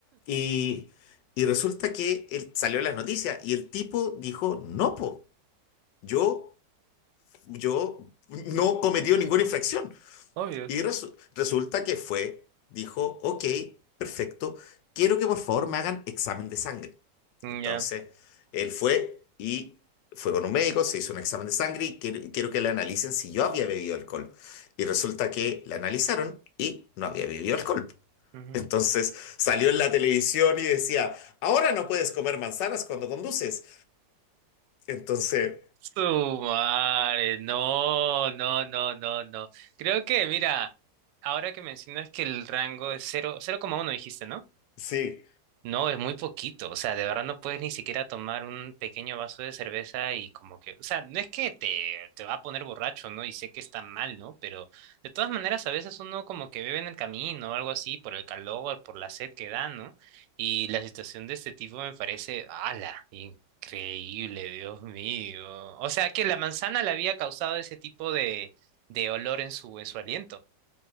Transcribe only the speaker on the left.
Y, y resulta que él salió en las noticias y el tipo dijo, no, po, yo yo no cometió ninguna infracción.
Y resu- resulta que fue, dijo, ok, perfecto, quiero que por favor me hagan examen de sangre.
Entonces,
él fue y fue con un médico, se hizo un examen de sangre y quiero, quiero que le analicen si yo había bebido alcohol. Y resulta que le analizaron y no había bebido alcohol.
Entonces salió en la televisión y decía, ahora no puedes comer manzanas cuando conduces. Entonces,
sí.